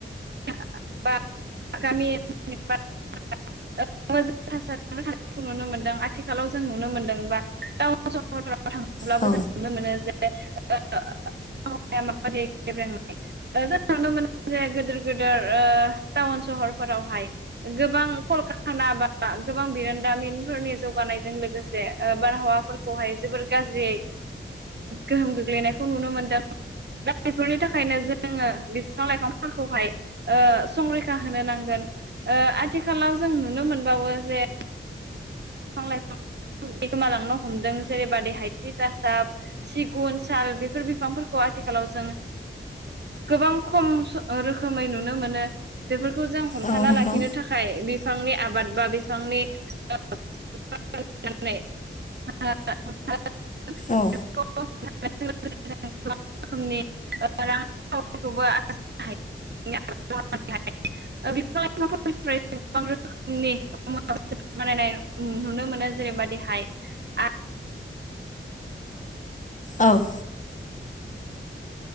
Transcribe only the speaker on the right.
<unintelligible> बा गामि <unintelligible> ओ मोजां थासारिखौ नुनो मोनदों आथिखालाव जों नुनो मोनदों बा टाउन सहराव थाङोब्लाबो
जों नुनो मोनो जे <unintelligible> जों नुनो मोनो जे गिदिर गिदिर ओ टाउन सहरफोरावहाय गोबां कलखाना बा गोबां बिरोनदामिनफोरनि जौगानायजों लोगोसे बारहावाफोरखौहाय जोबोर गाज्रियै गोहोम गोग्लैनायखौ नुनो मोनदों। दा बेफोरनि थाखायनो जोङो बिफां लाइफांफोरखौहाय संरैखा होनो नांगोन। ओ आथिखालाव जों नुनो मोनबावो जे बिफां लाइफां गोमालांनो हमदों जेरैबाादि हायथि गासाब सिगुन साल बेफोर बिफांफोरखौहाय आथिखालाव जों गोबां खम रोखोमै नुनो मोनो बेफोर खौ जों हमथाना
लाखिनो थाखाय बिफांनि आबाद बा बिफांनि <unintelligible> <unintelligible> <unintelligible> <unintelligible> <unintelligible> <unintelligible>
रोखोमनि रांखावरिखौबो आरजिनो हायो <unintelligible> बिफां लाइफांफोरफ्राय गोबां रोखोमनिु <unintelligible> बानायनाय नुनो मोनो जेरैबाददिहाय आ।